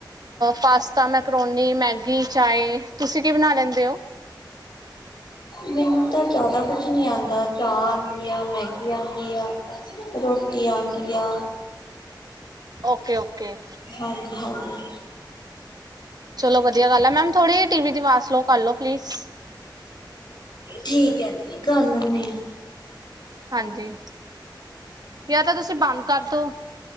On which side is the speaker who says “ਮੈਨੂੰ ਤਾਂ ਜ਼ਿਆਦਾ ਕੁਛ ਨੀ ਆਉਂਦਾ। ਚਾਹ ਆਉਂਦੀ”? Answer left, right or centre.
Left